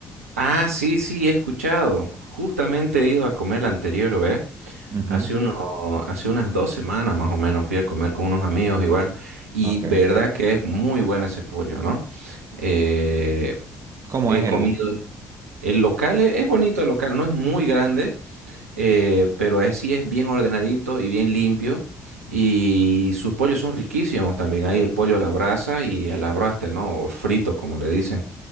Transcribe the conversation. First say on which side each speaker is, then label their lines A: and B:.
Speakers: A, on the right; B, on the right.
A: Ah, sí, sí, he escuchado. Justamente he ido a comer la anterior, ¿ves?
B: Ujú,
A: Hace uno, hace unas dos semanas más o menos fui a comer con unos amigos igual. Y
B: Ok.
A: verdad que es muy bueno ese pollo, ¿no? Eh,
B: ¿Cómo
A: he
B: es
A: comido.
B: el...?
A: El local es, es bonito, el local no es muy grande, eh, pero es, sí es bien ordenadito y bien limpio. Y sus pollos son riquísimos también. Hay el pollo a la brasa y a la braster, ¿no? O frito, como le dicen.